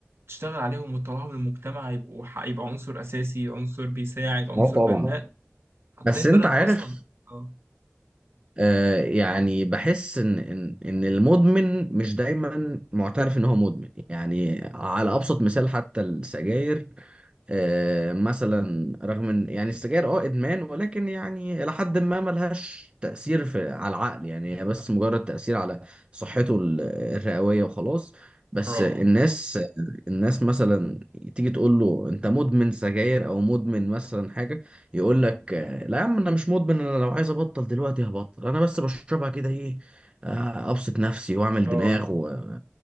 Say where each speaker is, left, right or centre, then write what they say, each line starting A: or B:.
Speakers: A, on the right (about 65°); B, on the right (about 25°).
A: تشتغل عليهم وتطلعهم للمجتمع يبقوا ح- يبقى عنصر أساسي عنصر بيساعد عنصر
B: اه طبعا
A: بناء هتلاقي
B: بس
A: البلد
B: انت عارف
A: أصلا اه
B: آه، يعني بحس ان ان ان المدمن مش دايما معترف ان هو مدمن يعني على ابسط مثال حتى السجاير آه، مثلا رغم ان يعني السجاير اه ادمان ولكن يعني الى حد ما ملهاش تاثير في على العقل يعني هي بس مجرد تاثير على صحته ال- الرئويه وخلاص بس
A: اه
B: الناس الناس مثلا تيجي تقول له انت مدمن سجاير او مدمن مثلا حاجه يقول لك آه، لا يا عم انا مش مدمن انا لو عايز ابطل دلوقتي هبطل انا بس بشربها كده ايه آه، ابسط نفسي واعمل
A: اه
B: دماغ
A: آه.
B: و-